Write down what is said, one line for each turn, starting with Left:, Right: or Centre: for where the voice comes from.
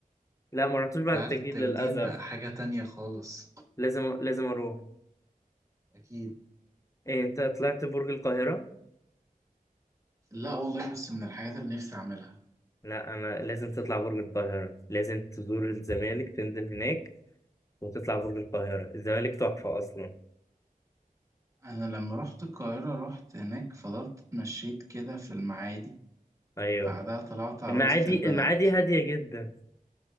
Left: لا ما رحتوش بعد
Right: بعد
Left: التجديد
Right: التجديد
Left: للاسف
Right: بقى حاجة تانية خالص
Left: لازم لازم اروح
Right: اكيد
Left: إيه انت طلعت برج القاهره
Right: لا والله بس من الحاجات اللي نفسي اعملها
Left: لا انا لازم تطلع برج القاهره لازم تزور الزمالك تنزل هناك وتطلع برج القاهره الزمالك تحفه اصلا
Right: انا لما رحت القاهرة رحت هناك فضلت اتمشيت كده في المعادي
Left: ايوه
Right: بعدها طلعت على
Left: المعادي
Right: وسط البلد
Left: المعادي هاديه جدا